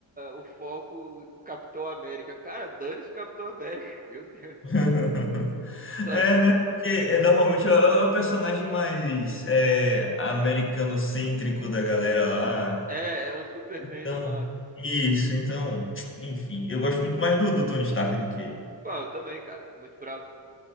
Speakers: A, on the right; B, on the left.
A: o foco no Capitão América. Cara, dane-se o Capitão América, <laughs> meu Deus,
B: <laughs>
A: sabe?
B: É, né? Porque é, normalmente é o é o personagem mais é, americanocêntrico da galera lá.
A: É, é o Superman
B: Então,
A: da Marvel.
B: isso, então, enfim. Eu gosto muito mais do, do Tony Stark do que ele.
A: Pô, eu também, cara, muito brabo.